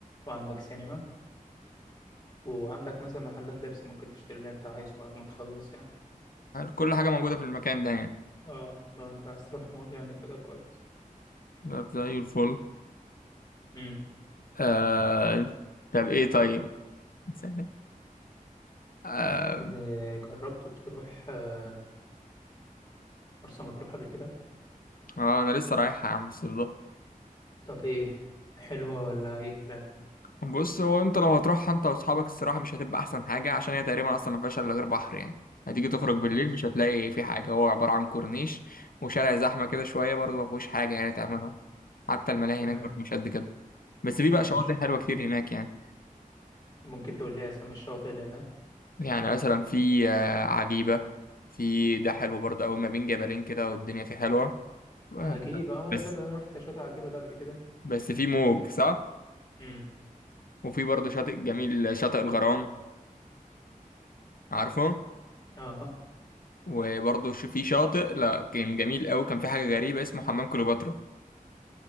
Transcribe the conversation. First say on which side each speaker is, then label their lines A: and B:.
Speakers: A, on the left; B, on the left.
A: وعندك سينما وعندك مثلا محلات لبس ممكن تشتري اللي انت عايزه بعد ما تخلص يعني
B: كل حاجة موجودة في المكان ده يعني
A: اه لو انت عايز تروح مول يعني فده كويس
B: ده زي الفل
A: امم
B: آه... طب ايه طيب استنى. آه...
A: إيه جربت تروح آه، مرسى مطروح قبل كده
B: اه انا لسه رايحة يا عم الصيف ده
A: طب ايه حلوة ولا اي كلام
B: بص هو انت لو هتروحها انت واصحابك الصراحة مش هتبقى احسن حاجة عشان هي تقريبا اصلا ما فيهاش الا غير بحر يعني هتيجي تخرج بالليل
A: ماشي
B: مش هتلاقي في حاجة هو عبارة عن كورنيش وشارع زحمة كده شوية برضه ما فيهوش حاجة يعني تعملها حتى الملاهي
A: تمام
B: هناك برضه مش قد كده بس في بقى
A: ماشي
B: شواطئ حلوة كتير هناك يعني
A: ممكن تقول لي اسامي الشواطئ اللي هناك
B: يعني مثلا في آه، عجيبة في ده حلو برضه أوي ما بين جبلين كده والدنيا فيه حلوة آه،
A: عجيبة اه
B: بس
A: تصدق انا رحت شاطئ عجيبة ده قبل كده
B: بس في موج صح
A: امم
B: وفي برضه شاطئ جميل شاطئ الغرام عارفه
A: اه
B: وبرضه ش- في شاطئ لا كان جميل قوي كان في حاجه غريبه اسمه حمام كليوباترا